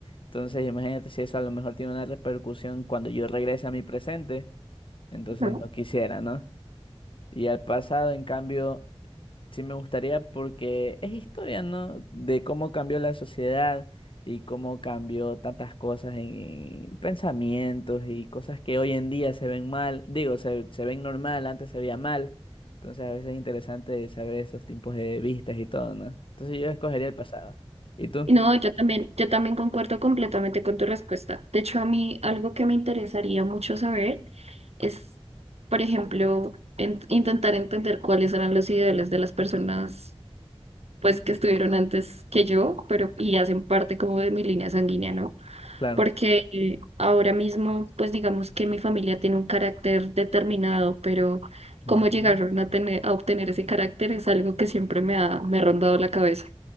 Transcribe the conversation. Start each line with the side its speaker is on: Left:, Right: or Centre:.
Left: Entonces, imagínate si eso a lo mejor tiene una repercusión cuando yo regrese a mi presente, entonces
Right: No,
Left: no quisiera, ¿no? Y al pasado, en cambio, sí me gustaría porque es historia, ¿no? De cómo cambió la sociedad y cómo cambió tantas cosas en, pensamientos y cosas que hoy en día se ven mal, digo, se, se ven normal, antes se veía mal. Entonces, a veces es interesante saber esos tipos de vistas y todo, ¿no? Entonces, yo escogería el pasado. ¿Y tú?
Right: Y No, yo también, yo también concuerdo completamente con tu respuesta. De hecho, a mí algo que me interesaría mucho saber es, por ejemplo, en- intentar entender cuáles eran los ideales de las personas, pues, que estuvieron antes que yo, pero y hacen parte como de mi línea sanguínea, ¿no?
Left: Claro.
Right: porque eh, ahora mismo, pues digamos que mi familia tiene un carácter determinado, pero
Left: Mm,
Right: cómo llegaron a tener, a obtener ese carácter es algo que siempre me ha, me ha rondado la cabeza.